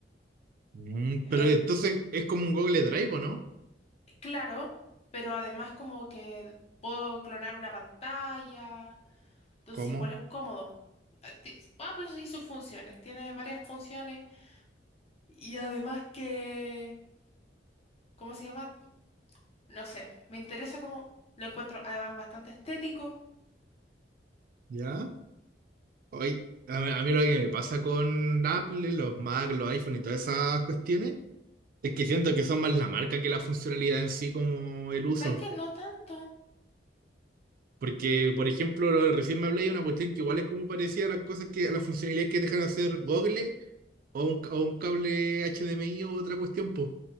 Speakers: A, on the right; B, on the left.
A: Mm, pero
B: En-
A: entonces es como un Google Drive, ¿o no?
B: claro, pero además como que puedo clonar una pantalla, entonces
A: ¿Cómo?
B: igual es cómodo. Ah, ti- Apple y sus funciones, tiene varias funciones y además que, ¿cómo se llama? No sé, me interesa como lo encuentro además bastante estético.
A: ¿Ya? Hoy, a mí, a mí lo que me pasa con Apple, los Mac, los iPhone y todas esas cuestiones, es que siento
B: Ujú.
A: que son más la marca que la funcionalidad en sí como el uso.
B: ¿Sabes qué? No tanto.
A: Porque, por ejemplo, lo- recién me hablé de una cuestión que igual es como parecía a las cosas que, a las funcionalidades que dejan de hacer Google o un, o un cable HDMI o otra cuestión, pues.